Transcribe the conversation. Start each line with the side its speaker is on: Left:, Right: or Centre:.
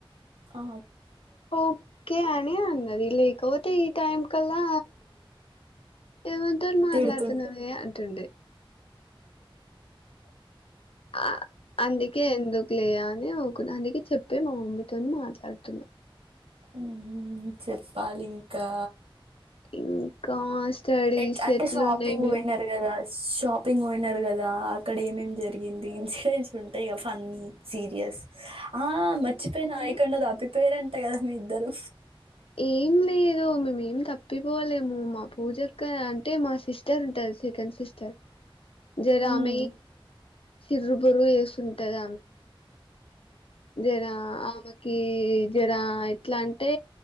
Right: ఆ
Left: ఓకే అని అన్నది లేకవొ టీ టైం కల్లా ఎవనితోని మాట్లాడుతున్నవే
Right: తిడుతుంటే
Left: అంటుండె ఆ అందుకే ఎందుకు లేయా దే ఊకున్నా అందుకే చెప్పే మా మమ్మీతోని మాట్లాడుతున్నా
Right: ఊహూ చెప్పాలింకా
Left: ఇంకా స్టడీస్
Right: ఎట్ అంటే
Left: ఎట్లున్నాయి
Right: షాపింగ్
Left: మీవి
Right: పోయినారు కదా షాపింగ్ పోయినారు కదా అక్కడ ఏమేం జరిగింది ఇన్సిడెంట్స్ ఉంటాయి కద ఫన్నీ సీరియస్ ఆ మచ్చిపోనా అయికండ
Left: ఆ
Right: దాపి పేరెంట కదమ్ మీ ఇద్దరు
Left: ఏం లేదు మేమేం తప్పిపోలేము మా పూజక్క అంటే మా సిస్టర్ ఉంటది సెకండ్ సిస్టర్ జరామ
Right: మ్మ్,
Left: <unintelligible> ంటద జరా ఆ జడ ఎట్లా అంటే